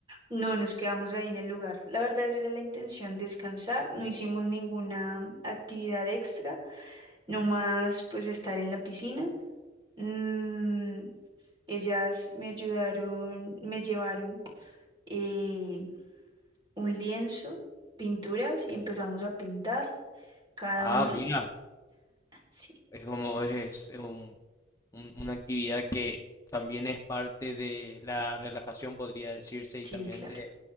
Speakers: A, on the right; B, on the left.
A: No nos quedamos ahí en el lugar. La verdad, esa era la intención, descansar. No hicimos ninguna actividad extra, nomás pues estar en la piscina. Mm, ellas me ayudaron, me llevaron. eh, un lienzo, pinturas y empezamos a pintar cada
B: Ah,
A: una.
B: mira,
A: Sí,
B: es como es, es un un- una actividad que también es parte de la relajación, podría decirse, y
A: sí,
B: también
A: claro.
B: de